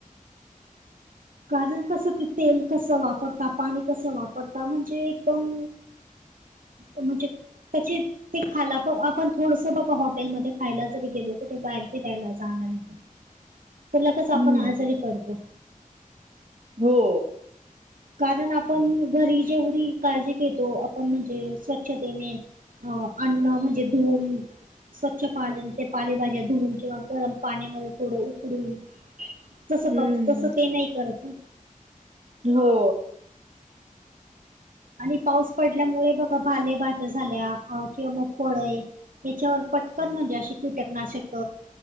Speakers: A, on the right (about 70°); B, on the right (about 50°).
A: कारण कसं ते तेल कसं वापरता पाणी कसं वापरता म्हणजे एकदम म्हणजे त्याची ते खायला प आपण थोडस बघा हॉटेलमध्ये खायला जरी गेलो कुठे बाहेर फिरायला जाल्यानंतर तर लगेच आपण
B: हम्म
A: आजारी पडतो.
B: हो.
A: कारण आपण घरी जेवढी काळजी घेतो आपण म्हणजे स्वच्छतेने अ अन्न म्हणजे धुऊन. स्वच्छ पाण्या ते पालेभाज्या धुवून किंवा गरम पाण्यामध्ये थोडं उकडून. तसं
B: हम्म
A: करतो तसं ते नाही करत ना.
B: हो.
A: आणि पाऊस पडल्यामुळे बघा पाले भाज्या झाल्या किंवा मग फळे याच्यावर पटकन म्हणजे अशी कीटकनाशक